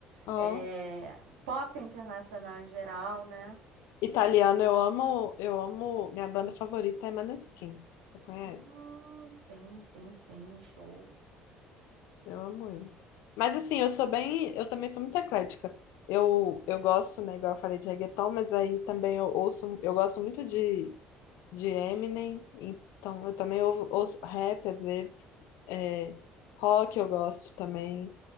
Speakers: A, on the left (about 70°); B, on the right (about 75°).
A: Ó,
B: eh, pop internacional em geral, né?
A: italiano, eu amo, eu amo, minha banda favorita é Maneskin. Você conhece?
B: Hum, sim, sim, sim, show.
A: Eu amo eles. Mas assim, eu sou bem, eu também sou muito eclética. Eu, eu gosto, né, igual eu falei de reggaeton, mas aí também eu ouço, eu gosto muito de, de Eminem, então eu também ouvo- ouço rap às vezes, é, rock eu gosto também,